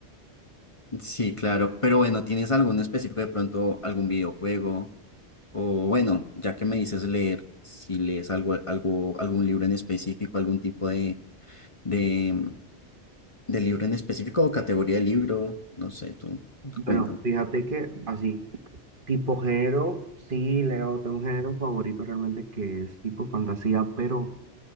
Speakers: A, on the left; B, on the right.
A: sí, claro, pero bueno, ¿tienes algún específico de pronto algún videojuego? O bueno, ya que me dices leer, si lees algo, algo, algún libro en específico, algún tipo de, de, de libro en específico o categoría de libro, no sé, tú
B: Bueno,
A: cuéntame.
B: fíjate que así, tipo género, sí leo, tengo un género favorito realmente que es tipo fantasía, pero